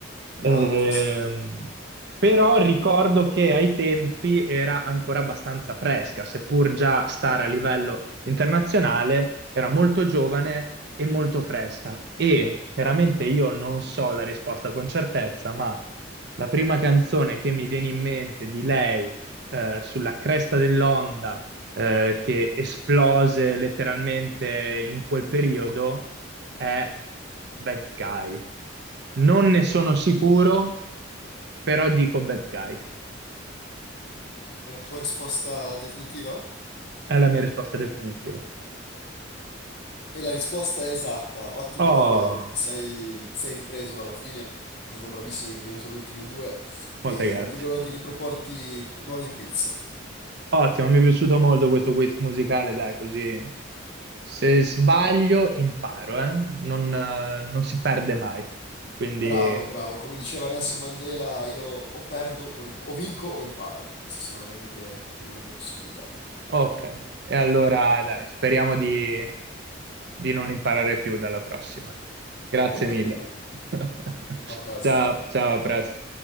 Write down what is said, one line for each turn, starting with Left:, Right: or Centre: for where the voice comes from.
Right: Ehm,
Left: Ah, interessante.
Right: però ricordo che ai tempi era ancora abbastanza fresca, seppur già stare a livello internazionale, era molto giovane e molto fresca. E chiaramente io non so la risposta con certezza, ma la prima canzone che mi viene in mente di lei, eh, sulla cresta dell'onda, eh, che esplose letteralmente in quel periodo, è Bad Guy. Non ne sono sicuro, però dico Bad Guy.
Left: È la tua risposta definitiva?
Right: È la mia risposta definitiva.
Left: E la risposta è esatta, ottimo
Right: Oh,
Left: lavoro, ti sei, ti sei ripreso alla fine, sei stato bravissimo, hai indovinato le ultime due
Right: molte
Left: e
Right: grazie.
Left: non vedo l'ora di riproporti nuovi quiz.
Right: Ottimo, mi è piaciuto molto questo quiz musicale, dai, così se sbaglio imparo, eh? Non, eh, non si perde mai. Quindi,
Left: Bravo, bravo, come diceva Nelson Mandela, io o perdo, o, im- o vinco o imparo, queste sono le uniche, le uniche possibilità.
Right: ok. E allora, dai, speriamo di, di non imparare più dalla prossima. Grazie
Left: <laughs>
Right: mille. <laughs>
Left: A presto.
Right: Ciao, ciao, a presto.